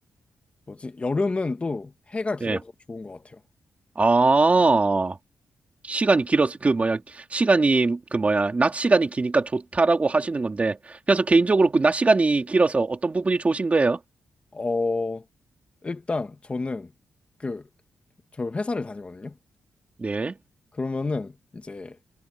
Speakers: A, on the left; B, on the right.
A: 뭐지? 여름은 또 해가 길어서
B: 예.
A: 좋은 것 같아요.
B: 아, 시간이 길어서, 그, 뭐야, 시간이, 그, 뭐야, 낮 시간이 기니까 좋다라고 하시는 건데, 그래서 개인적으로 그 낮 시간이 길어서 어떤 부분이 좋으신 거예요?
A: 어 일단 저는 그 저 회사를 다니거든요.
B: 네.
A: 그러면은 이제